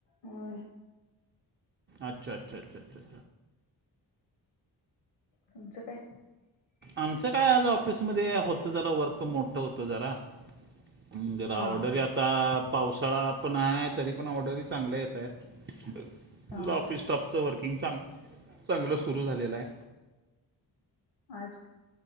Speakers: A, on the left; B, on the right.
A: होय.
B: अच्छा अच्छा अच्छा च्छा.
A: तुमचं काय?
B: आमचं काय आज ऑफिसमध्ये होतं जरा वर्क मोड. होतो जरा. मग जरा
A: हा
B: ऑर्डरी आता पावसाळा पण हाय, तरी पण ऑर्डरी चांगल्या येत आहेत.
A: हा
B: ऑफिस स्टाफचं वर्किंग चांग-चांगलं सुरू झालेलं हाय.
A: आज